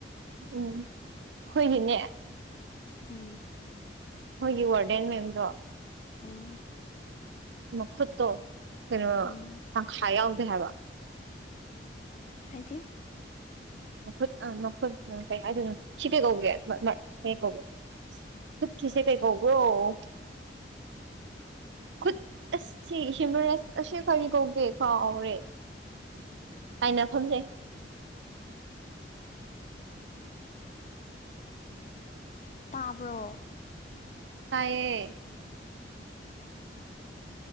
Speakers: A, on the right (about 90°); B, on the left (about 40°).
A: ꯎꯝ ꯈꯣꯏꯒꯤꯅꯦ
B: ꯎꯝ
A: ꯈꯣꯏꯒꯤ ꯋꯥꯔꯗꯦꯟ ꯃꯦꯝꯗꯣ
B: ꯎꯝ
A: ꯃꯈꯨꯠꯇꯣ ꯀꯩꯅꯣ
B: ꯎꯝ
A: ꯇꯪꯈꯥꯏ ꯌꯥꯎꯗꯦ ꯍꯥꯏꯕ
B: ꯍꯥꯏꯗꯤ
A: ꯃꯈꯨꯠ ꯑ ꯃꯈꯨꯠ ꯑ ꯀꯩ ꯍꯥꯏꯗꯣꯏꯅꯣ ꯁꯤ ꯀꯩ ꯀꯧꯒꯦ ꯃ ꯃ ꯀꯩ ꯀꯧꯒꯦ ꯈꯨꯠꯀꯤꯁꯦ ꯀꯩ ꯀꯣꯕ꯭ꯔꯣ ꯑꯟꯑꯣꯗꯤꯕꯜ ꯈꯨꯠ ꯑꯁ ꯁꯤ ꯍ꯭ꯌꯨꯃꯔꯁ ꯑꯁꯤ ꯀꯔꯤ ꯀꯧꯒꯦ ꯀꯥꯎꯔꯦ ꯍꯥꯏꯅ ꯐꯝꯖꯩ
B: ꯇꯥꯕ꯭ꯔꯣ
A: ꯇꯌꯦꯌꯦ